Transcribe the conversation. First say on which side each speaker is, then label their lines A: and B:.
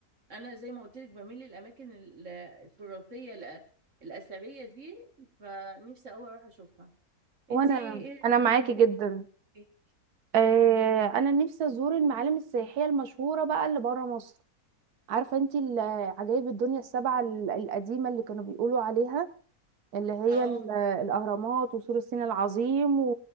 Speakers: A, on the right; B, on the right.
A: انا زي ما قلت لك بميل للاماكن ال- التراثية الأ- الاثرية دي فنفسي اوي اروح اشوفها
B: وانا
A: انت ايه ايه الاماكن
B: انا معاكي
A: تاني
B: جدا
A: دي؟
B: آه انا نفسي ازور المعالم السياحيه المشهوره بقى اللي بره مصر عارفه انت عجائب الدنيا السبعه ال- القديمه اللي كانوا بيقولوا عليها اللي هي
A: اه
B: ال- الاهرامات وسور الصين العظيم